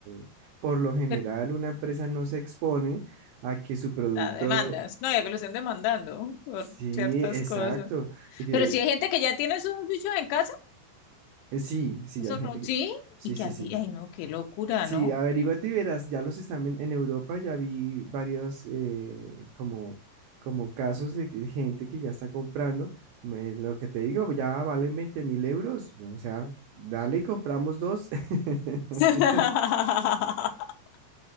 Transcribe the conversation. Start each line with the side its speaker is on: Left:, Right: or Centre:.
Right: eh, por lo general
Left: que
Right: una empresa no se expone a que su producto...
Left: la demandas, no, ya que lo estén demandando por
Right: Sí,
Left: ciertas
Right: exacto.
Left: cosas.
Right: y que,
Left: Pero si hay gente que ya tiene esos bichos en casa,
Right: eh, sí, sí,
Left: esos
Right: hay gente
Left: ro-
Right: que...
Left: sí,
Right: Sí,
Left: y
Right: sí,
Left: que al
Right: sí.
Left: día, ay no, qué locura,
Right: Sí,
Left: ¿no?
Right: averíguate y verás, ya los están en, en Europa, ya vi varios eh, como, como casos de que gente que ya está comprando, me- lo que te digo, ya valen veinte mil euros, o sea, dale y compramos dos. <laughs>
Left: <laughs>